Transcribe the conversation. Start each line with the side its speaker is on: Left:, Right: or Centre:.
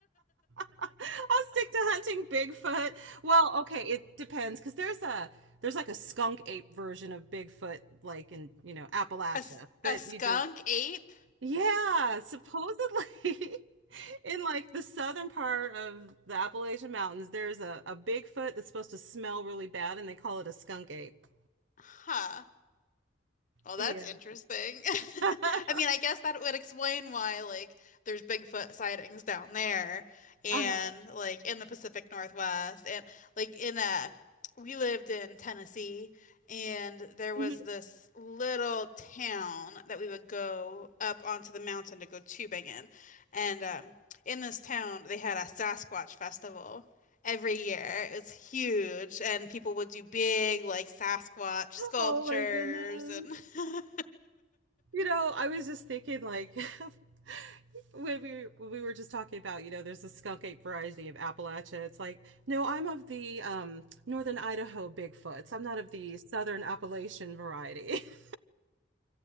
Right: <laughs> I'll stick to hunting Bigfoot. Well, okay, it depends because there's a there's like a skunk ape version of Bigfoot, like in, you know, Appalachia
Left: A, s-
Right: that
Left: a skunk
Right: you just
Left: ape?
Right: Yeah, supposedly <laughs> in like the southern part of the Appalachian Mountains, there's a, a Bigfoot that's supposed to smell really bad and they call it a skunk ape.
Left: Huh. Well,
Right: Yeah.
Left: that's interesting.
Right: <laughs>
Left: <laughs> I mean, I guess that would explain why, like, there's Bigfoot sightings down there and,
Right: Uh-huh.
Left: like, in the Pacific Northwest. And like in a we lived in Tennessee and there
Right: Mhm.
Left: was this little town that we would go up onto the mountain to go tubing in. And um, in this town, they had a Sasquatch festival every year. It was huge, and people would do big, like Sasquatch sculptures.
Right: Oh my goodness.
Left: And <laughs>
Right: You know, I was just thinking like <laughs> when we when we were just talking about, you know, there's a skunk ape variety of Appalachia. It's like, no, I'm of the um northern Idaho Bigfoots. I'm not of the southern Appalachian variety. <laughs>